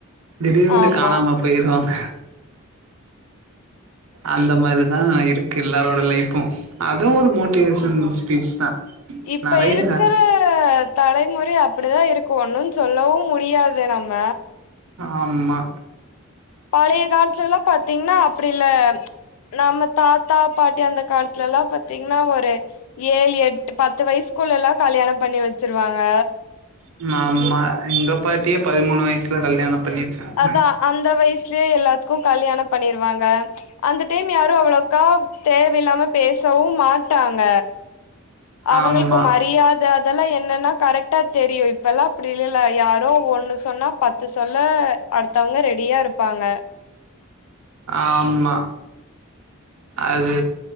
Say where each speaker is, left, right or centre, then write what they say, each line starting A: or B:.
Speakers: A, on the right; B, on the left.
A: திடீர்ன்டு
B: ஆமா
A: காணாம போயிருவாங்க அந்த மாரிதா இருக்கு எல்லாரோட லைஃப்பு அதுவு ஒரு மோட்டிவேஷன் ஸ்பீச் தா
B: இப்ப
A: நெறைய
B: இருக்கற தலைமுறை அப்படிதா இருக்கு ஒன்னு சொல்லவு முடியாது நம்ம
A: அமா
B: பழைய காலத்துலல்லா பாத்தீங்கன்னா அப்டி இல்ல நம்ம தாத்தா பாட்டி அந்த காலத்துல எல்லா பாத்தீங்கன்னா ஒரு ஏழு எட்டு பத்து வயசுக்குள்ள எல்லா கல்யாணோ பண்ணி வெச்சிருவாங்க
A: ஆமா எங்க பாட்டியே பதிமூணு வயசுல கல்யாணம் பண்ணிட்டாங்க
B: அதா அந்த வயசு சுலேயே எல்லாத்துக்கு கல்யாணோ பண்ணிருவாங்க அந்த டைம் யாரு அவ்ளோக்கா தேவயில்லாம பேசவு மாட்டாங்க அவங்களுக்கு
A: ஆமா
B: மரியாத அதெல்லா என்னன்னா கரெக்டா தெரியு இப்பல்லா அப்படி இல்லல யாரோ ஒண்ணு சொன்னா பத்து சொல்ல அடுத்தவுங்க ரெடியா இருப்பாங்க
A: ஆமா அது